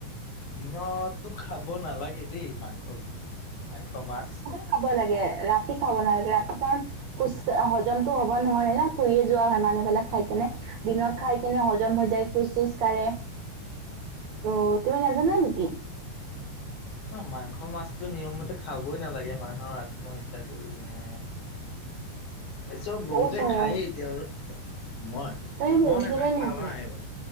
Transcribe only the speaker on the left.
দিনততো খাব নালাগে দেই মাংস বেছি। মাংস মাছ।
ন' মাংস মাছটো নিয়ম মতে খাবই নালাগে, মানুহৰ আত্মহত্যা তা কৰি কিনে। এচব বহুতে
খায়েই এতিয়া আৰু। মই
মই
মানে নাখাওঁ
হা, এইবোৰ।